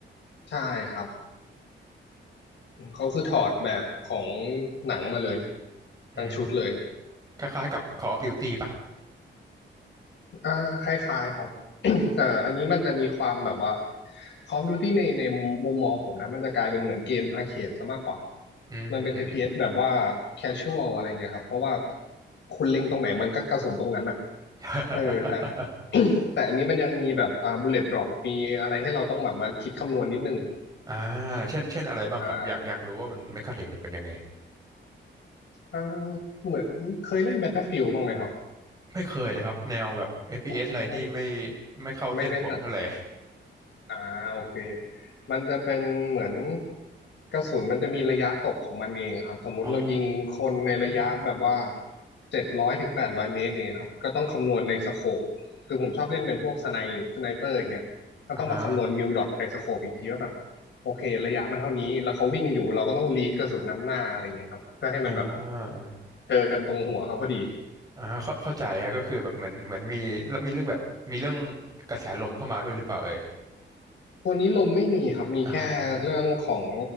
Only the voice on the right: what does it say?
อืม
คล้ายๆกับ Call of Duty ป่ะ
อืมอืมอืม
<laughs>
อ่าเช่นเช่นอะไรบ้างครับอยากอยากรู้ว่ามันเมคานิกมันเป็นยังไง
ไม่เคยเลยครับแนวแบบเอฟพีเอสอะไรนี่ไม่
ไม่เข้าเส้นผมเท่าไหร่
<laughs> อ๋อ
อ่าฮะอ่า
อ่าฮะเข้าเข้าใจฮะก็คือแบบเหมือนเหมือนมีแล้วมีเรื่องแบบมีเรื่องกระแสลมเข้ามาด้วยหรือเปล่าเอ่ย
อ่า